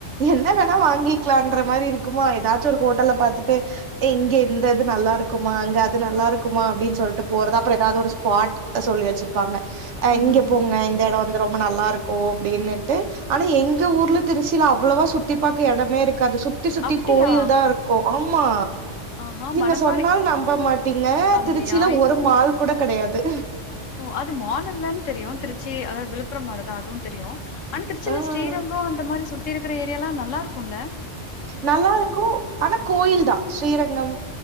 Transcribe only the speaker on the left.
ம்ஹ்ஹும்
அப்டியா
ஆஹா
மணப்பாறை
அப்டியா
ஓ அது மால் இல்லன் தெரியு திருச்சி அதா விழுப்புர மாரிதா அதுவு தெரியு ஆனா திருச்சில
ஸ்ரீரங்கோ அந்த மாரி சுத்தி இருக்கிற ஏரியாலா நல்லா இருக்குல